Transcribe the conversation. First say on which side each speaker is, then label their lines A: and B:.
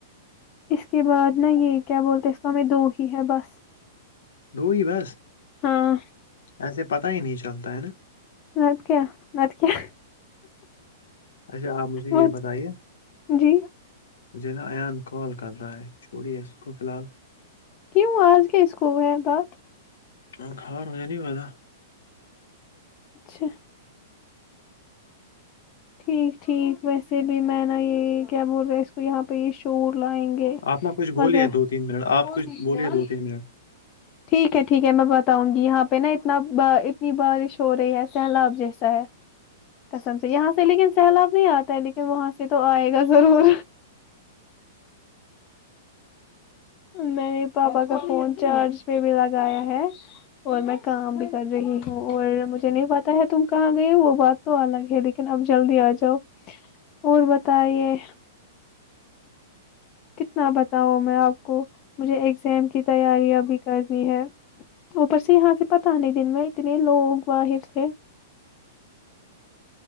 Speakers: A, on the left; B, on the left.
A: اس کے بعد ن یہ کیا بولتے ہیں اس کو ہمیں دو ہی ہے بس
B: دو ہی بس
A: ہاں
B: ایسے پتا ہی نہیں چلتا ہے نا
A: نت کیا نت کیا
B: اچھا آپ مجھے یہ
A: وہ
B: بتائیے
A: جی
B: مجھے نا ایان کال کر رہا ہے چھوڑی ہے اس کو فی الحال
A: کیو آز کیا اسکول ہے پات
B: ہ خار م نہیں ہوا
A: اچھا ٹھیک ٹھیک ویسے بھی میں نا یہ کیا بول رہا اس کو یہاں پہ یہ شور لائیں گے
B: آپ نا کچھ
A: <unintelligible>
B: بولیے دو تین منٹ آپ کچھ بولیے دو تین منٹ
A: ٹھیک ہے ٹھیک ہے میں بتاؤں گی یہاں پہ نا اتنا اتنی بارش ہو رہی ہے سیلاب جیسا ہے کسم سے یہاں سے لیکن سیلاب نہیں آتا ہے لیکن وہاں سے تو آئے گا ضرور میں نے پاپا کا فون چارج پہ بھی لگایا ہے اور میں کام بھی کر رہی ہوں اور مجھے نہیں پتاہ ہے تم کہاں گئے وہ بات تو الگ ہے لیکن اب جلدی آ جاؤ اور بتائیے کتنا بتاؤں میں آپ کو مجھے اگزام کی تیاریاں بھی کرنی ہے اوپر سے یہاں سے پتاہ نہیں دن میں اتنے لوگ باہر سے